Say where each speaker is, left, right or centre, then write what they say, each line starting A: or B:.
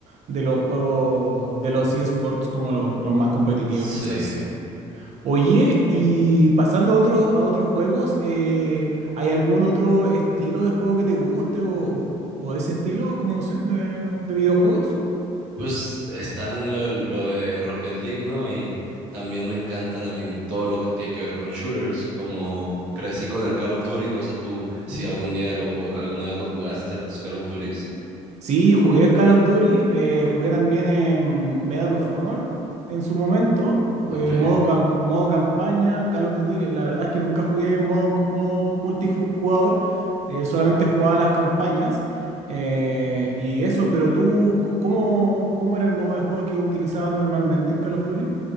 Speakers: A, on the right (about 50°); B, on the right (about 80°).
A: de los juegos, de los eSports como los, los más competitivos,
B: Sí.
A: quizás sí. Oye, y pasando a otros, a otros juegos, eh, ¿hay algún otro estilo de juego que te guste o, o- o de ese estilo, como no sé, de, de videojuegos?
B: Pues están lo de, lo de Rocket League, ¿no? Y también me encantan a mí todo lo que tiene que ver con shooters, como crecí con el Call of Duty, no sé tú si algún día lo ju- alguna vez lo jugaste, los Call of Duties.
A: Sí, jugué Call of Duty, eh, jugué también en Medal of Honor en su momento,
B: Ok.
A: eh, modo, cam- modo campaña, Call of Duty, la verdad es que nunca jugué modo, modo multijugador, eh, solamente jugaba las campañas eh, y eso, pero tú, c- ¿cómo, cómo era el modo de juego que utilizabas normalmente en Call of Duty?